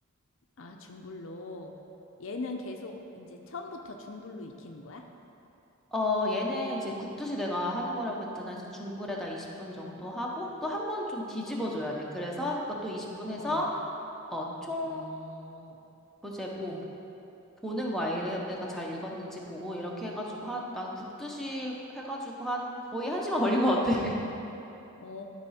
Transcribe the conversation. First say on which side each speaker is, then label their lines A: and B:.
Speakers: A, on the left; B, in the centre.
A: 아, 중불로. 얘는 계속 이제 처음부터 중불로 익히는 거야?
B: 어, 얘는 이제 굽듯이 내가 하는 거라고 했잖아. 그래서 중불에다 20분 정도 하고, 또 한 번 좀 뒤집어줘야 돼. 그래서 그것도 20분 해서,
A: 어,
B: 어, 총,
A: 어,
B: 이제 뭐,
A: 어.
B: 보는 거야. 얘- 얘가 잘 익었는지 보고, 이렇게 해가지고 한, 난 굽듯이 해가지고 한 거의 한 시간 걸린 것 같아.
A: 어,